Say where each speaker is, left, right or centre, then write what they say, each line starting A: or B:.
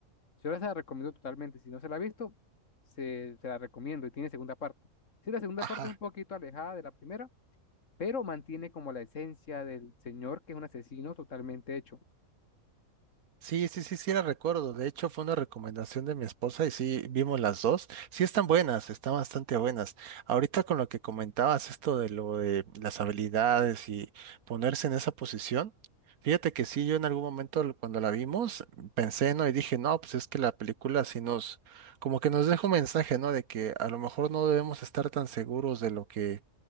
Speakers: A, on the left (about 60°); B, on the right (about 85°).
A: Yo se la recomiendo totalmente. Si no se la ha visto, se, se la recomiendo y tiene segunda parte. Sí, la segunda
B: ajá.
A: parte es un poquito alejada de la primera, pero mantiene como la esencia del señor que es un asesino totalmente hecho.
B: Sí, sí, sí, sí, la recuerdo. De hecho, fue una recomendación de mi esposa y sí, vimos las dos. Sí, están buenas, están bastante buenas. Ahorita con lo que comentabas, esto de lo de las habilidades y ponerse en esa posición, fíjate que sí, yo en algún momento lo- cuando la vimos, pensé, ¿no? Y dije, no, pues es que la película sí nos, como que nos deja un mensaje, ¿no? De que a lo mejor no debemos estar tan seguros de lo que